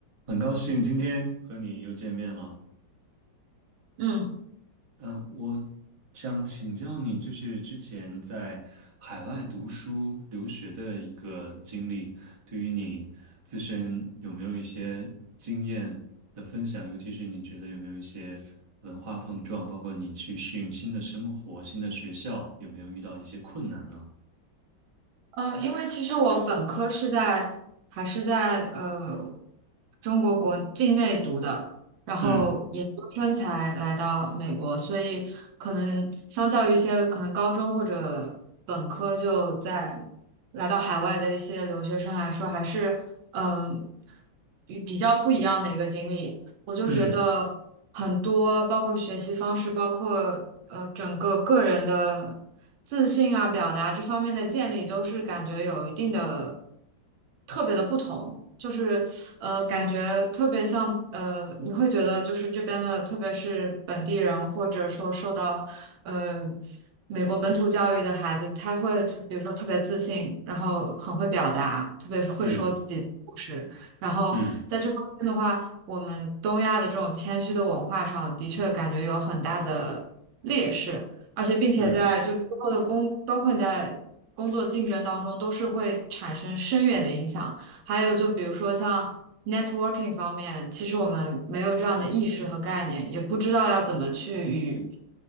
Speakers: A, on the right; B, on the right.
A: 很高兴今天和你又见面了。
B: 嗯，
A: 嗯、我想请教你，就是之前在海外读书留学的一个经历，对于你自身有没有一些经验的分享？尤其是你觉得有没有一些文化碰撞，包括你去适应新的生活、新的学校，有没有遇到一些困难呢？
B: 呃，因为其实我本科是在还是在呃中国国境内读的，然后研究生才来到美国，
A: 嗯
B: 所以可能相较于一些可能高中或者本科就在来到海外的一些留学生来说，还是嗯、与比较不一样的一个经历。我就觉得很多，
A: 嗯
B: 包括学习方式，包括呃整个个人的自信啊、表达这方面的建立，都是感觉有一定的特别的不同。就是呃，感觉特别像呃，你会觉得就是这边的，特别是本地人，或者说受到呃美国本土教育的孩子，他会比如说特别自信，然后很会表达，特别是会说自己的故事。
A: 嗯
B: 然后在这方面的话，
A: 嗯
B: 我们东亚的这种谦虚的文化上，的确感觉有很大的劣势，而且并且在就之后的工，
A: 嗯
B: 包括你在工作竞争当中，都是会产生深远的影响。还有就比如说像 networking 方面，其实我们没有这样的意识和概念，也不知道要怎么去与，